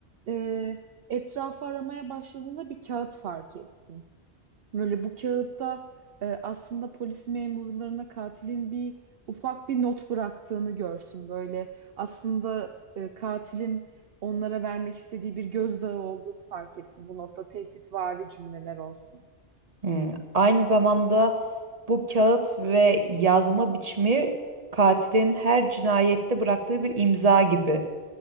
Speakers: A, on the right; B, on the right.
A: e, etrafı aramaya başladığında bir kağıt fark etsin. Böyle bu kağıtta e, aslında polis memurlarına katilin bir ufak bir not bıraktığını görsün. Böyle aslında e, katilin onlara vermek istediği bir gözdağı olduğunu fark etsin. Bu notta tehditvari cümleler olsun.
B: Hmm. Aynı zamanda bu kağıt ve yazma biçimi katilin her cinayette bıraktığı bir imza gibi